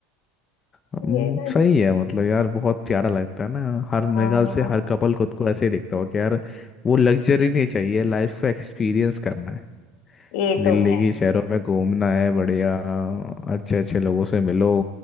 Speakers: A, on the left; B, on the left.
A: हम्म,
B: ये ना
A: सही है मतलब यार बहुत प्यारा लगता है ना हर मेरे
B: हाँ
A: ख्याल से हर कपल खुद को ऐसे ही देखता हो कि यार वो लग्जरी नहीं चाहिए लाइफ को एक्सपीरियंस करना है
B: ये
A: दिल्ली
B: तो है
A: की शहरों में घूमना है बढ़िया अच्छे अच्छे लोगों से मिलो